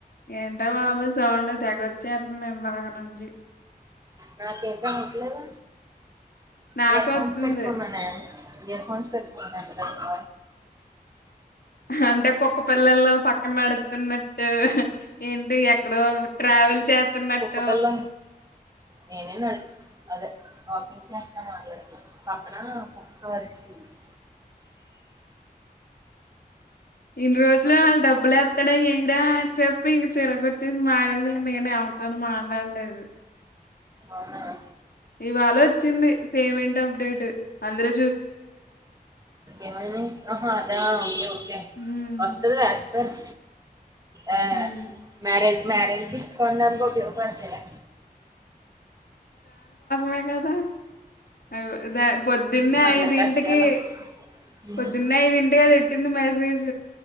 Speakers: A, on the left; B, on the right.
A: ఏంట బాబు సౌండ్ తెగొచ్చేతుంది ఇందాక నుంచి
B: నాకు ఎక్కం ఉంట్లేదు
A: నాకొత్తుంది.
B: ఇయర్ ఫోన్స్ పెట్టుకున్ననే ఇయర్ ఫోన్స్ పెట్టుకున్నదంట కదా
A: అంటే కుక్క పిల్లలు పక్కన నడుతున్నట్టు ఏంటి ఎక్కడో ట్రాక్ ట్రావెల్ చేతూన్నట్టు
B: కుక్కల నేనేనాడు అదే వాకింగ్ చేస్తే మాట్లాడుతాను పక్కన కుక్క వరుస్తుంది <inaudible>
A: ఇన్ని రోజులు వాళ్ళు డబ్బులు ఎత్తడా ఏయడా అని చెప్పి ఇంక చిరకు వచ్చేసి మానేశా నేనే ఉత్తను మాట్లాడట్లేదు
B: అవునా రా
A: ఇవాళ వచ్చింది పేమెంట్ అప్డేట్ అందరూ
B: ఎవరిది ఆహా అద ఓకే ఓకే
A: హ్మ్.
B: వస్తది కదా అది ఆ
A: హ్మ్.
B: మ్యరేజ్ మ్యారేజ్ తీసుకో అన్నాకో ఇవ్వట్లేదా
A: మే కదా అవే ద పొద్దున్నే
B: అందరి
A: ఐదింటికి
B: కష్టాలు ఉమ్,
A: పొద్దున్నే ఐదింటి అది పెట్టింది మెసేజ్